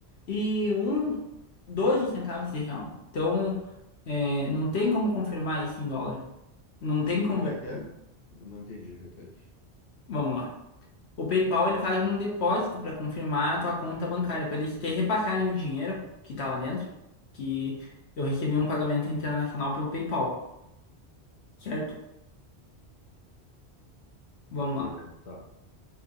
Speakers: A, on the left (about 75°); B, on the left (about 65°).
A: e um, 12 centavos de real. Então, é, não tem como confirmar isso em dólar. Não tem conversa.
B: Como é que é? Eu não entendi, repete.
A: Vamos lá. O PayPal ele faz um depósito para confirmar a tua conta bancária, para eles te repassarem o dinheiro que tá lá dentro, que eu recebi um pagamento internacional pelo PayPal, certo? Vamos
B: Ah,
A: lá.
B: tá.